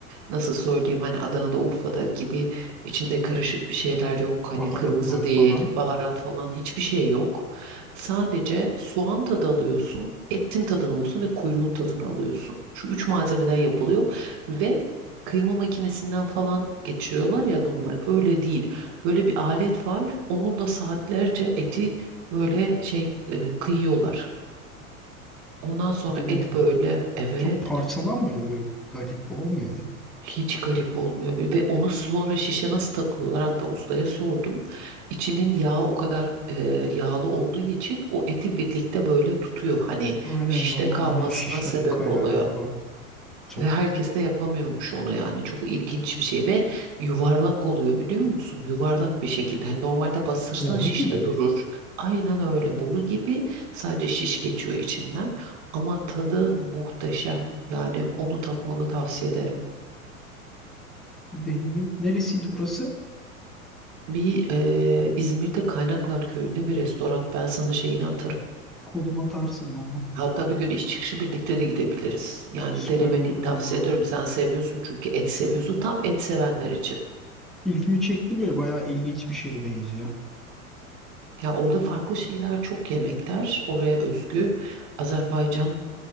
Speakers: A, on the right; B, in the centre.
A: nasıl söyleyeyim hani Adana'da Urfa'da gibi içinde karışık bir şeyler yok. Hani
B: Baharatlar
A: kırmızı değil,
B: falan.
A: baharat falan hiçbir şey yok. Sadece soğan tadı alıyorsun, etin tadını alıyorsun ve kuyruğun tadını alıyorsun. Şu üç malzemeden yapılıyor ve kıyma makinesinden falan geçiriyorlar ya normal. Öyle değil. Böyle bir alet var. Onun da saatlerce eti böyle şey e, kıyıyorlar. Ondan sonra
B: Hadi be.
A: et böyle evet
B: Çok parçalanmıyor mu böyle? Garip olmuyor mu?
A: Hiç garip olmuyor ve onu sonra şişe nasıl takıyorlar? Hatta ustaya sordum. İçinin yağı o kadar e, yağlı olduğu için o eti birlikte böyle tutuyor. Hani
B: Aynen
A: şişte
B: normalden
A: kalmasına
B: şişten
A: sebep
B: kayar
A: oluyor.
B: falan. Çok
A: Ve herkes de yapamıyormuş onu yani. Çok ilginç bir şey ve yuvarlak oluyor biliyor musun? Yuvarlak bir şekilde. Hani normalde bastırsan
B: boru
A: şişte
B: gibi mi?
A: durur. Aynen öyle. Boru gibi sadece şiş geçiyor içinden. Ama tadı muhteşem. Yani onu tatmanı tavsiye ederim.
B: Deneyeyim. Neresiydi burası?
A: Bir eee, İzmir'de Kaynaklar Köyü'nde bir restoran. Ben sana şeyini atarım.
B: Koluma atarsın bana.
A: Hatta bir gün iş çıkışı birlikte de gidebiliriz. Yani
B: Süper
A: denemeni
B: olur
A: tavsiye
B: valla.
A: ederim. Sen seviyorsun çünkü et
B: Şu
A: seviyorsun.
B: an.
A: Tam et sevenler için.
B: ilgimi çekti böyle. Bayağı ilginç bir şeye benziyor.
A: Ya orada farklı şeyler çok yemekler. Oraya özgü Azerbaycan